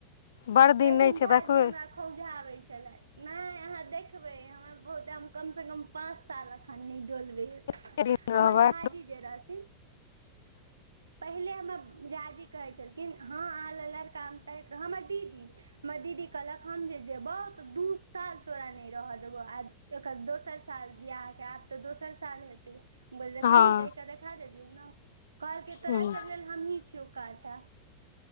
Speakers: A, on the left; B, on the right.
A: बड़
B: ओय दिन
A: नहि छै
B: झाजी
A: देखबै
B: हमरा खौझा आबै छलथि नहि अहाँ देखबै हमरा बहुते हम कमसँ कम पाँच साल अखन नहि डोलबै
A: कते दिन रहबै
B: हमर झा जी जे रहथिन
A: <inaudible>
B: पहिले हमर झाजी कहै छलखिन हँ अहाँ ल लड़का हम तायक हमर दीदी हमर दीदी कहलक हम जे जेबो त दू साल तोरा नै रह देबो आ अकर दोसर साल विहा के आब तऽ दोसर साल हेतै हम कहलियेन
A: हँ
B: रेह कऽ देखा देलयो न कहलकै तोरा
A: हूँ
B: सभ लेल हमही छियौ काँटा